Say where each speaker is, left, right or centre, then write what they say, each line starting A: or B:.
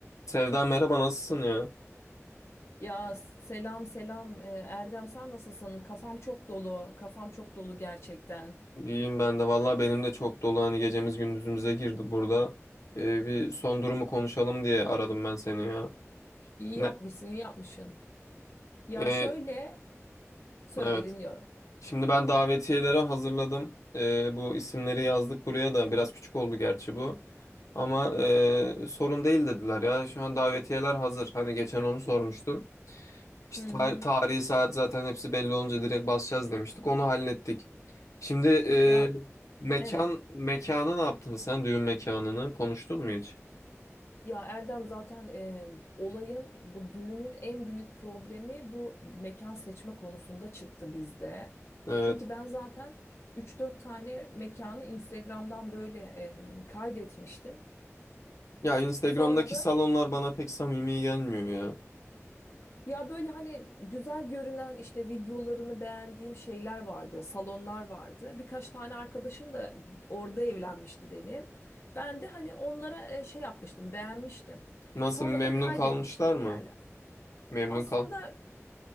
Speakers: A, on the left; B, on the left.
A: Sevda merhaba nasılsın ya?
B: Ya selam selam Ee, Erdem sen nasılsın? Kafam çok dolu. Kafam çok dolu gerçekten.
A: İyiyim ben de. Vallahi benim de çok dolu hani gecemiz gündüzümüze girdi burada. Ee, bir son durumu konuşalım diye aradım ben seni ya.
B: İyi
A: Ne?
B: yapmışsın, iyi yapmışsın. Ya
A: Ee,
B: şöyle söyle
A: evet.
B: dinliyorum.
A: Şimdi ben davetiyeleri hazırladım. Ee, bu isimleri yazdık buraya da. Biraz küçük oldu gerçi bu. Ama ee, sorun değil dediler ya. Şu an davetiyeler hazır. Hani geçen onu sormuştum. İşte
B: Hı hı.
A: tar- tarihi saat zaten hepsi belli olunca direkt basacağız demiştik. Onu hallettik. Şimdi e,
B: Ya
A: mekan
B: evet.
A: mekanı ne yaptın sen? Düğün mekanını konuştun mu hiç?
B: Ya Erdem zaten e, olayın bu düğünün en büyük problemi bu mekan seçme konusunda çıktı bizde.
A: Evet.
B: Çünkü ben zaten üç dört tane mekanı Instagram'dan böyle e, kaydetmiştim.
A: Ya Instagram'daki
B: <clears throat> Sonra da
A: salonlar bana pek samimi gelmiyor ya.
B: Ya böyle hani güzel görünen işte videolarını beğendiğim şeyler vardı, salonlar vardı. Birkaç tane arkadaşım da orada evlenmişti benim. Ben de hani onlara e, şey yapmıştım, beğenmiştim.
A: Nasıl
B: Sonra
A: memnun
B: da kaydetmiştim
A: kalmışlar mı?
B: yerler.
A: Memnun
B: Aslında
A: kal.